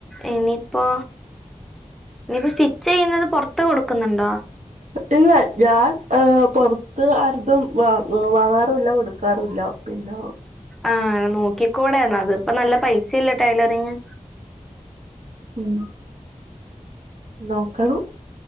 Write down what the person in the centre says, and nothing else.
ഇനിയിപ്പോ നിപ്പോസ്റ്റിച്ചെയ്യുന്നത് പൊർത്ത് കൊട്ക്കുന്നുണ്ടോ?
ആഹ് നോക്കിക്കൂടൊന്നത് ഇപ്പനല്ല പൈസല്ലേ ടൈലറിങ്ങ്